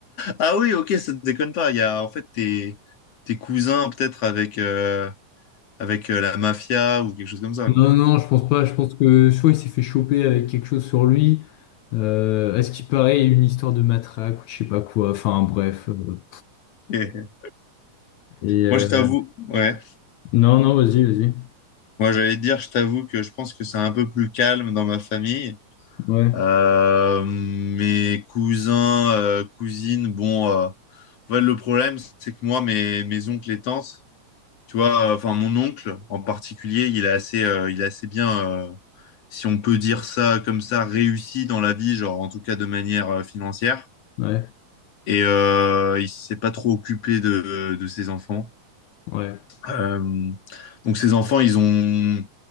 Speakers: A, on the left; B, on the left.
A: Ah oui, ok, ça ne déconne pas. Il y a en fait tes, tes cousins peut-être avec, euh, avec euh, la mafia ou quelque chose comme ça,
B: hein.
A: quoi.
B: Non
A: <laughs>
B: non, je pense pas. Je pense que soit il s'est fait choper avec quelque chose sur lui. Euh, à ce qu'il paraît, il y a eu une histoire de matraque ou je sais pas quoi. Enfin bref. euh,
A: Ok.
B: et euh,
A: Moi, je t'avoue, ouais.
B: non non, vas-y vas-y.
A: Moi, j'allais te dire, je t'avoue que je pense que c'est un peu plus calme dans ma famille.
B: Ouais,
A: Euh, mes cousins, euh, cousines, bon, euh, ouais, le problème, c'est que moi, mes, mes oncles et tantes, Tu vois, enfin, mon oncle en particulier, il est assez, euh, il est assez bien, euh, si on peut dire ça comme ça, réussi dans la vie, genre en tout cas de manière euh, financière.
B: ouais,
A: Et euh, il s'est pas trop occupé de, de ses enfants.
B: ouais.
A: Euh, donc ses enfants, ils ont,